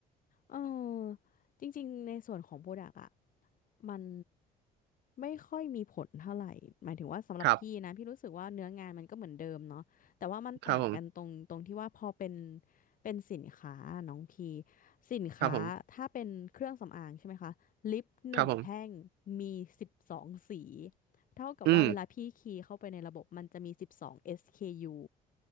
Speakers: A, on the left; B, on the right.
A: เออจริงๆในส่วนของโปรดักอะมันไม่ค่อยมีผลเท่าไหร่หมายถึงว่าสำหรับพี่นะพี่รู้สึกว่าเนื้องานมันก็เหมือนเดิมเนาะแต่ว่ามันต่างกันตรงตรงที่ว่าพอเป็น
B: ครับครับผม
A: เป็นสินค้าน้องพีสินค้าถ้าเป็นเครื่องสำอางใช่ไหมคะลิปหนึ่งแท่ง
B: ครับผมครับผม
A: มีสิบสองสีเท่ากับว่าเวลาพี่คีย์เข้าไปในระบบมันจะมีสิบสอง
B: อืม
A: SKU